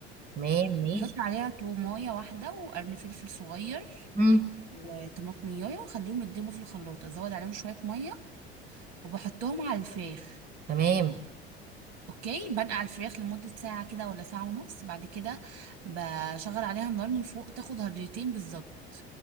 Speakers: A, on the right; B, on the right.
A: تمام ماشي
B: وبحط عليها تومايه واحده وقرن فلفل صغير
A: امم
B: وطماطمية واخليهم يتدبوا في الخلاط ازود عليهم شويه ميه وبحطهم على الفراخ
A: تمام
B: اوكي بنقع الفراخ لمده ساعه كده ولا ساعه ونص بعد كده بشغل عليها النار من فوق تاخد هضرتين بالظبط